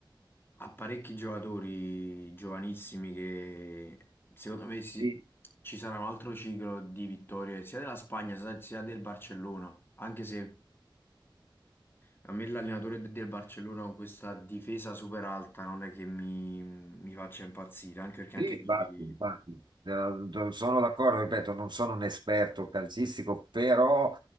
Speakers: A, on the left; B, on the right.
A: ha parecchi giocatori giovanissimi che secondo me si-
B: Sì,
A: ci sarà un altro ciclo di vittorie sia della Spagna sia sia del Barcellona, anche se a me l'allenatore de- del Barcellona con questa difesa super alta non è che mi, mi faccia impazzire, anche perché
B: Sì,
A: anche
B: infatti,
A: ieri...
B: infatti. Eh, sono d'accordo, ripeto, non sono un esperto calcistico, però